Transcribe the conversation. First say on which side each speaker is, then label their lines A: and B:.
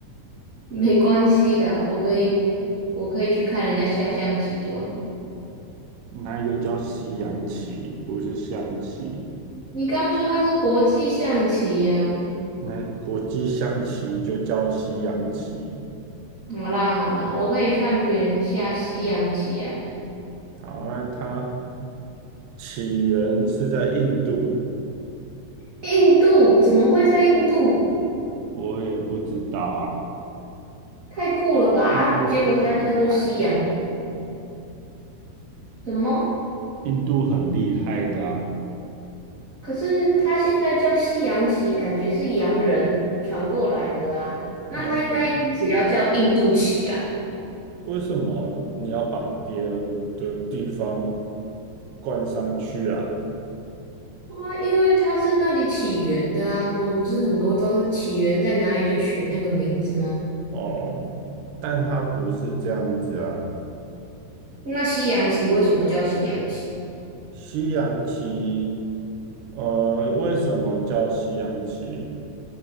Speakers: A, on the right; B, on the right.
A: <laughs> 没关系的，我可以我可以去看人家下象棋就好。
B: 那一个叫西洋棋，不是象棋。
A: 你刚说它是国际象棋呀、啊
B: 那国际象棋就叫西洋棋。
A: 好啦好啦，我可以看别人下西洋棋呀、
B: 好，那它起源是在印度，
A: 印度怎么会在印度？
B: 我也不知道啊。
A: 太酷了吧！啊，
B: 印度很厉害。
A: 结果它叫做西洋棋，什么？
B: 印度很厉害的啊，
A: 可是它现在叫西洋棋，感觉是洋人传过来的啊。那它应该一开始要叫印度棋啊，
B: 洋人，为什么你要把别人的地方冠上去啊？
A: 啊，因为它是那里起源的啊。我们不是很多都是起源在哪里就取那个名字吗？
B: 哦，但它不是这样子啊。
A: 那西洋棋为什么叫西洋棋？
B: 西洋棋，呃，为什么叫西洋棋？